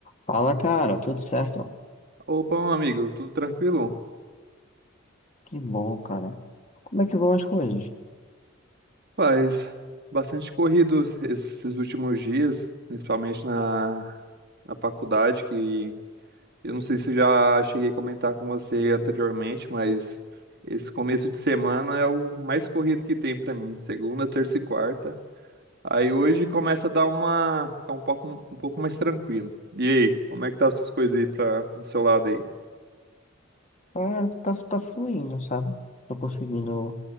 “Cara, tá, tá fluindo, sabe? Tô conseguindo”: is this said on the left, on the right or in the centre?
Left